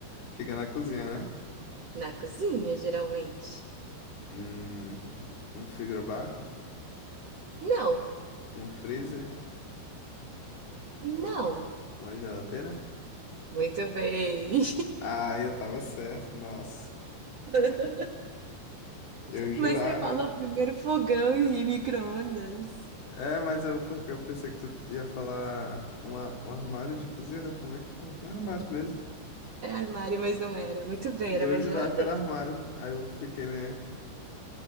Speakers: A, on the left; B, on the right.
A: Fica na cozinha, né?
B: Na cozinha, geralmente.
A: Hum, um frigobar,
B: Não,
A: um freezer,
B: não.
A: uma geladeira.
B: Muito bem.
A: Ah, eu tava certo, nossa.
B: <laughs>
A: Eu jurava.
B: Mas você falou primeiro fogão e micro-ondas.
A: É, mas eu porque eu pensei que tu ia falar uma, um armário de cozinha, né? Como é que fala? É Armário mesmo.
B: É armário, mas não era. Muito bem,
A: E
B: era
A: eu
B: uma
A: jurava
B: geladeira.
A: que era armário. Aí eu fiquei, né?